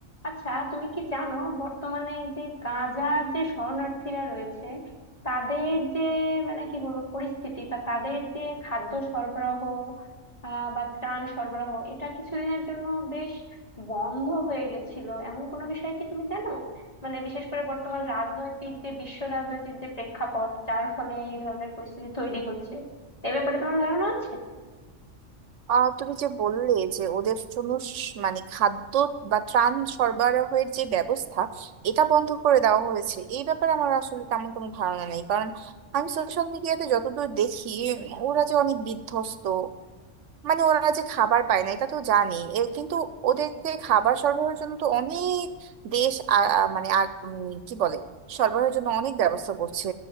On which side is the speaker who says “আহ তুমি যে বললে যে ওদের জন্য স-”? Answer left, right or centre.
Right